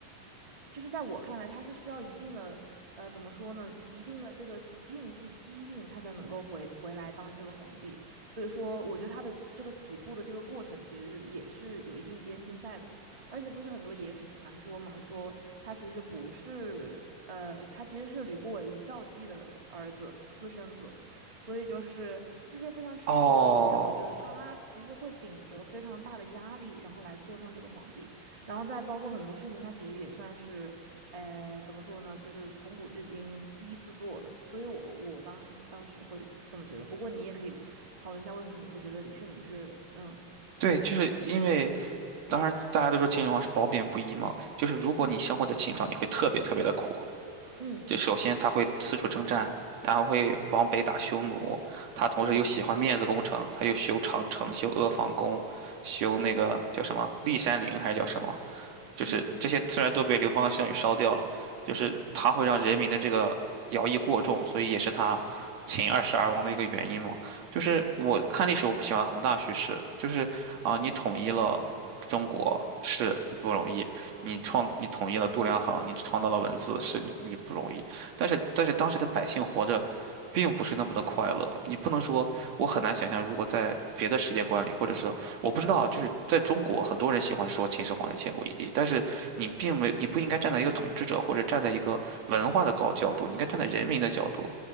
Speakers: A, on the right; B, on the right.
A: 就是在我看来，他是需要一定的呃，怎么说呢，一定的这个运气机运，他才能够回回来当这个皇帝。所以说，我觉得他的这个起步的这个过程，其实也是有一定艰辛在的。而且不是很多野史传说嘛，说他其实不是，呃，他其实是吕不韦与赵姬的儿子，私生子，所以就是这些非常 tricky
B: 哦，
A: 的事情，让我觉得他其实会顶着非常大的压力，然后来坐上这个皇帝。然后再包括很多事情，它其实也算是，呃，怎么说呢，就是从古至今第一次做的，所以我我当当时会这么觉得。不过你也可以讨论一下，为什么你会觉得李世民是，嗯嗯
B: 对，就是因为。当然，大家都说秦始皇是褒贬不一嘛，就是如果你生活在秦朝，
A: 嗯
B: 你会特别特别的苦。
A: 嗯
B: 就首先他会四处征战，他还会往北打匈奴，他同时又喜欢面子工程，
A: 嗯
B: 他又修长城、修阿房宫、修那个叫什么骊山陵还是叫什么？
A: 嗯嗯。嗯嗯
B: 就是这些虽然都被刘邦和项羽烧掉了，就是他会让人民的这个徭役过重，所以也是他秦二世而亡的一个原因嘛。就是我看历史，我不喜欢宏大叙事，就是啊，你统一了中国是你不容易，你创你统一了度量衡，你创造了文字是你你不容易，但是但是当时的百姓活着。并不是那么的快乐，你不能说我很难想象，如果在别的世界观里，或者是我不知道，就是在中国，很多人喜欢说秦始皇是千古一帝，但是你并没，你不应该站在一个统治者或者站在一个文化的高角度，你应该站在人民的角度。